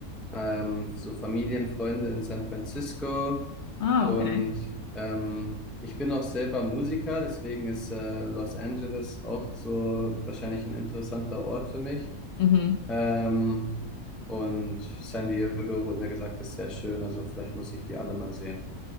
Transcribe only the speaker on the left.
Ah,
okay.
Mhm.